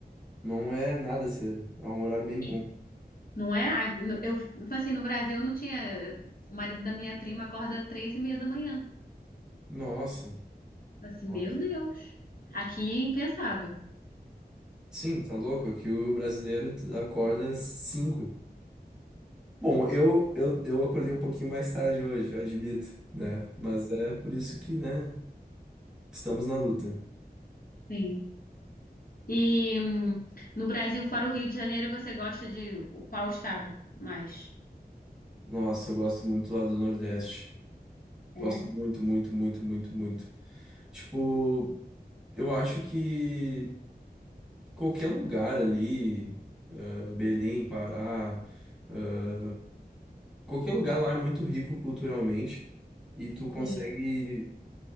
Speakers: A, in the centre; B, on the left.
A: não é nada cedo. É um horário bem bom.
B: E Não é? Ah, no- Eu, tipo assim, no Brasil não tinha. O marido da minha prima acorda às três e meia da manhã.
A: Nossa.
B: Assim,
A: Nossa.
B: meu Deus. Aqui é impensável.
A: Sim, tá louco? Que o brasileiro t- acorda às 5. Bom, eu, eu, eu acordei um pouquinho mais tarde hoje, eu admito, né? Mas é por isso que, né? Estamos na luta.
B: Sim. E hum, no Brasil, fora o Rio de Janeiro, você gosta de qual estado mais?
A: Nossa, eu gosto muito lá do Nordeste.
B: É?
A: Gosto muito, muito, muito, muito, muito. Tipo, eu acho que qualquer lugar ali, eh, Belém, Pará, eh, qualquer lugar lá é muito rico culturalmente e tu consegue
B: Sim.